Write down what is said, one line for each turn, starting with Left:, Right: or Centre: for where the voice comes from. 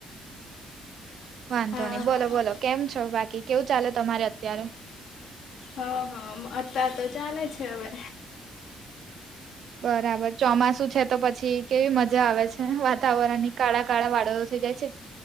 Right: વાંધો
Left: હા
Right: નઈ બોલો
Left: હા
Right: બોલો કેમ છો બાકી કેવું ચાલે તમારે અત્યારે?
Left: હ હ અત્યારે તો ચાલે છે, અવે
Right: બરાબર ચોમાસુ છે, તો પછી કેવી મજા આવે છે, વાતાવરણની કાળા કાળા વાદળો થઈ જાય છે.